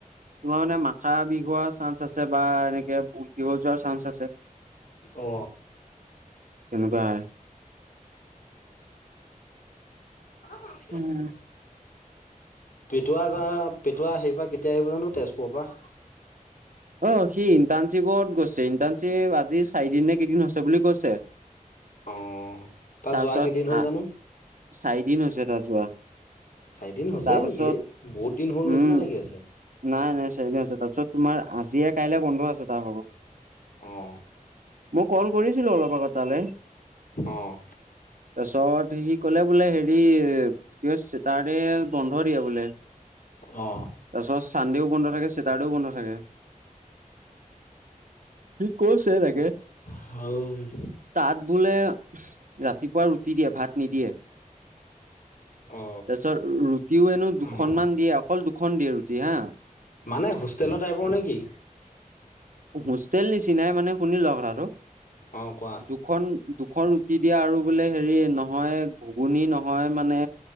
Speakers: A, on the right (about 65°); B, on the left (about 70°).
A: তোমাৰ মানে মাথা বিষ হোৱা চান্স আছে বা এনেকে উলটি হৈ যোৱাৰ চান্স আছে
B: অ
A: তেনেকুৱা হয়
B: অ বাই
A: উম
B: পটোৱা গ পটোৱা হেৰিপৰা কেতিয়া আহিব জানো তেজপুৰৰ পৰা
A: অ সি ইণ্টাৰ্ণশ্বিপত গৈছে ইণ্টাৰ্ণশ্বিপ আজি চাৰিদিন নে কেইদিন হৈছে বুলি কৈছে।
B: অ তাৰ
A: তাৰপিছত
B: যোৱা কেইদিন হ'ল
A: আহ
B: জানো?
A: চাৰিদিন হৈছে তাৰ যোৱা।
B: চাৰিদিন হৈছে
A: তাৰপিছত
B: নেকি? বহুত দিন হল
A: উম,
B: নিচিনা লাগি আছে।
A: নাই নাই চাৰিদিন আছে তাৰ পিছত তোমাৰ আজিয়ে কাইলে বন্ধ আছে তাৰ হব
B: আহ
A: মই কল কৰিছিলো অলপ আগত‌ তালৈ
B: আহ
A: তাৰপিছত সি কলে বোলে হেৰি কি চেটাৰ দে বন্ধ দিয়ে বোলে
B: অ
A: তাৰপিছত চানডেও বন্ধ থাকে চাটাৰডেও বন্ধ থাকে। সি কৈছে তাকে
B: <unintelligible>
A: তাত বোলে ৰাতিপুৱা ৰুটি দিয়ে ভাত নিদিয়ে।
B: অ
A: তাৰ পিছত ৰুটিও হেনো দুখনমান
B: মই
A: দিয়ে অকল দুখন দিয়ে ৰুটি হা।
B: মানে হোষ্টেলৰ টাইপৰ নে কি?
A: হোষ্টেল নিচিনাই মানে শুনি ল কথাটো,
B: অ কোৱা
A: দুখন দু দুখন ৰুটি দিয়ে আৰু বোলে হেৰি নহয় ঘুগুনি নহয় মানে